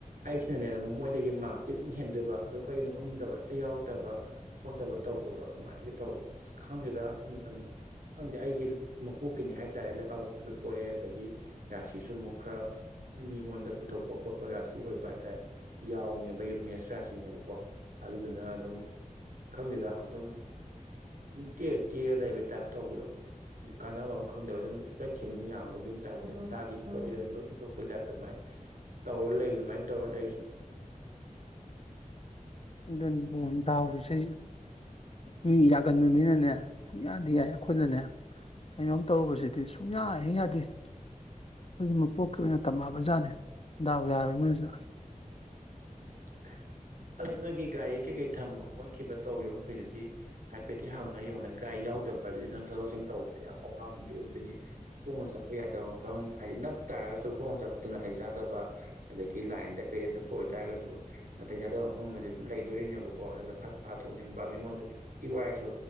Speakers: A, on the right; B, on the left.
A: ꯑꯩꯁꯤꯅꯅꯦ ꯃꯣꯏꯗꯒꯤ ꯃꯥꯔꯛꯇꯤ ꯑꯗꯨꯝ ꯍꯦꯟꯗꯣꯏꯕ ꯑꯣ ꯀꯩꯒꯤꯅꯣ ꯈꯪꯗꯕ ꯍꯦꯛꯇ ꯌꯥꯎꯔꯛꯇꯕ ꯈꯣꯠꯇꯕ ꯇꯧꯕꯗꯣ ꯑꯗꯨꯃꯥꯏꯅꯒ ꯇꯧꯕ ꯑꯁ ꯈꯪꯗꯦꯗ ꯑꯗꯨ ꯃꯇꯝꯗꯣ ꯈꯪꯗꯦ ꯑꯩꯒꯤ ꯃꯄꯣꯛꯀꯅꯤ ꯍꯥꯏꯇꯥꯔꯦ ꯂꯩꯕꯥꯛꯄꯣꯛꯄꯁꯨ ꯄꯣꯛꯑꯦ ꯑꯗꯒꯤ ꯔꯥꯁꯤꯁꯨ ꯑꯃꯨꯛ ꯈꯔ ꯃꯤꯉꯣꯟꯗ ꯄꯤꯊꯣꯛꯄ ꯈꯣꯠꯄ ꯔꯥꯁꯤ ꯑꯣꯏꯕ ꯍꯥꯏꯇꯥꯔꯦ ꯌꯥꯎꯅꯦꯕꯒꯤ ꯃꯦꯁ ꯔꯥꯁꯤꯅꯦꯕꯀꯣ ꯑꯗꯨꯗꯨꯅ ꯑꯗꯨꯝ ꯈꯪꯗꯦꯗ ꯑꯗꯨꯝ ꯇꯦꯛ ꯇꯦꯛ ꯂꯩꯕꯩ ꯇꯥꯏꯞ ꯇꯧꯕꯗꯣ ꯍꯥꯏꯗꯤ ꯀꯥꯟꯅꯕ ꯑꯃ ꯈꯪꯗꯕꯩ ꯑꯗꯨꯝ ꯂꯩꯠꯈꯤꯕꯅ ꯌꯥꯝꯕꯒꯤ ꯇꯥꯏꯞꯇ ꯏꯁꯥꯒꯤ ꯑꯩꯈꯣꯏ ꯏꯔꯟ ꯂꯣꯏ ꯄꯤꯊꯣꯛꯄꯩ ꯇꯥꯏꯞꯇ ꯑꯗꯨꯃꯥꯏꯅ ꯇꯧꯔ ꯂꯩꯕ ꯑꯗꯨꯃꯥꯏꯅ ꯇꯧꯔ ꯂꯩꯔꯤꯁꯤꯅꯦ
B: ꯑꯗꯨꯅꯤ ꯗꯥꯎꯁꯨ ꯃꯤ ꯌꯥꯒꯟꯕ ꯃꯤꯅꯅꯦ ꯄꯨꯡꯌꯥ ꯌꯥꯏ ꯑꯩꯈꯣꯏꯅꯅꯦ ꯀꯩꯅꯣꯝ ꯇꯧꯔꯨꯕꯁꯤꯗꯤ ꯁꯨꯡꯌꯥ ꯍꯦꯛ ꯌꯥꯗꯦ ꯑꯩꯈꯣꯏꯒꯤ ꯃꯄꯣꯛꯀꯤ ꯑꯣꯏꯅ ꯇꯝꯃꯛ ꯑꯕ ꯖꯥꯠꯅꯤ ꯗꯥꯎ ꯌꯥꯔꯅꯣꯅ
A: <unintelligible> ꯑꯗꯨꯗꯣ ꯅꯣꯏꯒꯤ ꯒꯥꯔꯤ ꯀꯩꯀꯩ ꯊꯝꯕ ꯈꯣꯠꯈꯤꯕ ꯇꯧꯈꯤꯕ ꯃꯈꯩꯗꯨꯗꯤ ꯍꯥꯏꯐꯦꯠꯇ ꯍꯪꯉꯥ ꯌꯦꯡꯉꯣꯅ ꯒꯥꯔꯤ ꯌꯥꯎꯗꯕ ꯕꯖꯦ ꯆꯊꯣꯛꯁꯤꯟ ꯇꯧꯕꯗ ꯌꯥꯝ ꯑꯋꯥꯕꯗꯤ ꯑꯣꯏꯗꯣꯢꯅꯤ ꯈꯣꯡꯅ ꯆꯠꯄ ꯌꯥꯗꯕ ꯃꯐꯝ ꯍꯥꯏꯗꯤ ꯅꯛ ꯇꯥꯔꯒꯁꯨ ꯈꯣꯡꯅ ꯆꯠꯄꯗ ꯅꯥꯇꯩ ꯆꯥꯗꯕ ꯑꯗꯒꯤ ꯂꯥꯏꯟꯗ ꯀꯩꯗ ꯆꯠꯄ ꯑꯣꯏꯇꯥꯔꯒꯁꯨ ꯅꯥꯇꯩ ꯆꯥꯗꯕ ꯃꯐꯝ ꯑꯃꯗꯤ ꯑꯗꯨꯝ ꯂꯩꯗꯣꯔꯤꯅꯦꯕꯀꯣ ꯑꯗꯨꯅ ꯐꯠ ꯐꯊꯣꯛꯅꯤꯡꯕ ꯃꯤꯉꯣꯟꯗꯉꯤ ꯅꯨꯡꯇꯤ ꯋꯥꯢꯔꯁꯨ